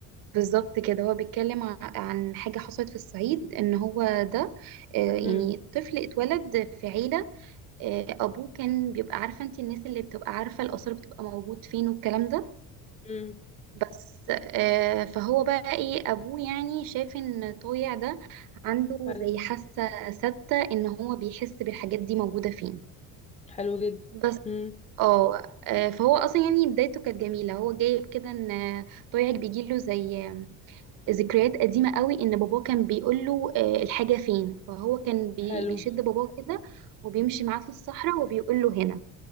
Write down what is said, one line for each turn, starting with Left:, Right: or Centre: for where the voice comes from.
Right: بالظبط كده هو بيتكلم ع- عن حاجة حصلت في الصعيد ان هو ده آه، يعني
Left: امم
Right: طفل اتولد في عيلة آه، ابوه كان بيبقى عارفة انت الناس اللي بتبقى عارفة الآثار بتبقى موجود فين والكلام ده
Left: امم
Right: بس آه، فهو بقى ايه ابوه يعني شاف ان طويع ده عنده
Left: حلو
Right: زي حاسة ثابتة ان هو بيحس بالحاجات دي موجودة فين
Left: حلو جدا
Right: بس
Left: امم
Right: اه آه، فهو اصلا يعني بدايته كانت جميله هو جايب كده ان آه، طويعك بيجيله زي آه، ذكريات قديمه قوي ان باباه كان بيقول له آه، الحاجه فين فهو كان بي-
Left: حلو
Right: بيشد باباه كده وبيمشي معاه في الصحراء وبيقول له هنا